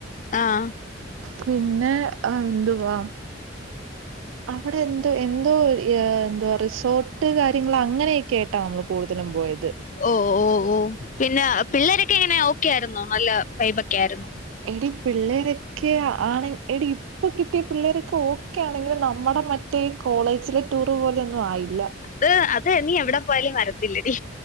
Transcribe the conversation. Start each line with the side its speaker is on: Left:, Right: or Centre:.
Left: ആഹ്
Right: പിന്നെ എന്തുവാ അവിടെ എന്തോ എന്തോ ഒ ഏഹ് എന്തോ റിസോർട്ട് കാര്യങ്ങളങ്ങനെയൊക്കെയായിട്ടാ നമ്മള് കൂടുതലും പോയത്.
Left: ഓ ഓ ഓ പിന്നെ പിള്ളേരൊക്കെ എങ്ങനെ ഓക്കെയായിരുന്നോ നല്ല വൈബൊക്കെ ആയിരുന്നോ?
Right: എടി പിള്ളേരൊക്കെ ആണ് എടി ഇപ്പൊ കിട്ടിയ പിള്ളേരൊക്കെ ഓക്കെ ആണെങ്കിലും നമ്മടെ മറ്റേ ഈ കോളേജിലെ ടൂറ് പോലൊന്നും ആയില്ല
Left: ഇഹ് അത് ഇനി എവിടെ പോയാലും വരത്തില്ലടി.